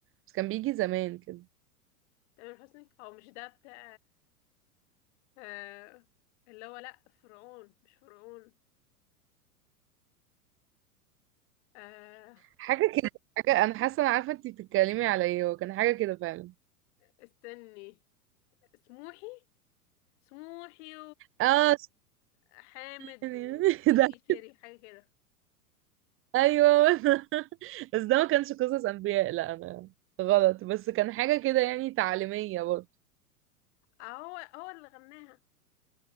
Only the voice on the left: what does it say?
تامر حسني او مش ده بتاع آه، اللي هو لا فرعون مش فرعون آه،
استني سموحي سموحي
وحامد
وتيتي
شيري
حاجة كده
آه، هو هو اللي غناها